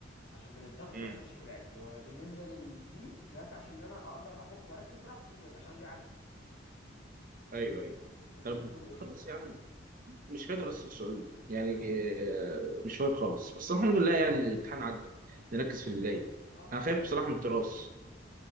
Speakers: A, on the left (about 65°); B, on the right (about 45°).
A: عشان من الضغط
B: امم
A: ما يحصلش كراك وبالنسبه للبي كتبت عشان ان انا اقدر افك واركب براحتي ما يبقاش عندي عجز
B: ايوه ايوه
A: انت
B: طب
A: كتبتهم ايه
B: خلاص يا عم مش فاكر اصلا السؤال ده يعني آه، مش فاكر خالص بس الحمد لله يعني الامتحان عدى نركز في اللي جاي
A: اه الحمد
B: انا خايف
A: لله
B: بصراحه من التراث